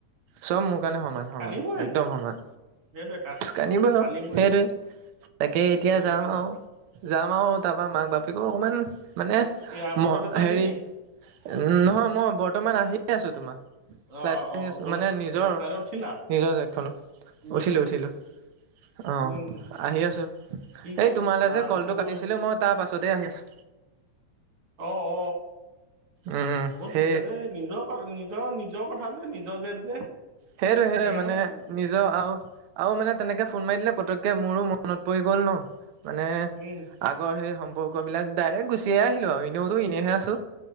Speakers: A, on the right; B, on the right.
A: চব মোক মোৰ কাৰণে সমান-সমান,
B: কান্দিবই
A: একদম সমান,
B: সেইটোৱে কান
A: কান্দিবয়ে
B: কান্দিবই
A: আৰু। সেইটোৱে, তাকে এতিয়া
B: কেলে
A: যাম
B: নাকান্দিম
A: আও, যাম আও তা পা মাক-বাপেকো অকণমান মানে,
B: কি- এয়াৰপৰ্টত
A: মই
B: আছা
A: হেৰি,
B: নেকি
A: উম' নহয় মই বৰ্তমান আহিয়ে আছো তোমাৰ।
B: অ
A: ফ্লাইটত
B: অ
A: আহি
B: অ
A: আছো,
B: গ'লা
A: মানে নিজৰ-নিজৰ
B: অ ফ্লাইটত উঠিলা
A: জেটখনত।
B: বুজি
A: উঠিলোঁ-উঠিলোঁ। অ,
B: উম
A: আহি আছো।
B: কি ক
A: এই তোমালৈ
B: আহ
A: যে কলটো
B: কি ক'বলৈ
A: কাটিছিলো, মই তা তাৰ পাছতে আহি আছোঁ।
B: অ-অ,
A: উম
B: বহুত
A: সেই
B: সোনকালে নিজৰ কাৰ নি ত নিজৰ কথা যে, নিজৰ জেট যে।
A: সেইটোৱে সেইটোৱে,
B: সেইকাৰণে
A: মানে
B: উম
A: নিজৰ আও আও মানে তেনেকে ফোন মাৰি দিলে, পতকে মোৰো মনত পৰি গ'ল ন। মানে
B: উম,
A: আগৰ সেই সম্পৰ্ক বিলাক, ডাইৰেক্ট গুচিয়ে আহিলো আৰু ইনটো এনেহে আছো।